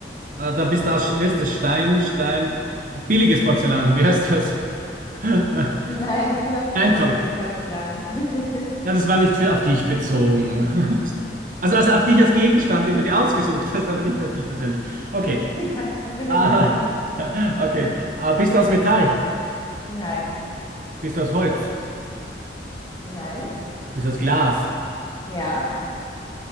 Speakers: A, on the right (about 45°); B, on the left (about 20°).
A: Äh, Dann bist du aus, wie heißt das? Stein, Stein, billiges Porzellan, wie heißt das? <laughs>
B: Nein, ich bin auch kein
A: Steinzeug.
B: billiges Porzellan. <laughs>
A: Na, das war nicht für, auf dich bezogen. Also, also auf dich als Gegenstand, den du dir ausgesucht hast, aber nicht auf dich persönlich. Okay.
B: Ja, bin
A: Ah,
B: ich aber nicht.
A: <laughs> okay. Ah, bist du aus Metall?
B: Nein.
A: Bist du aus Holz?
B: Nein.
A: Bist du aus Glas?
B: Ja.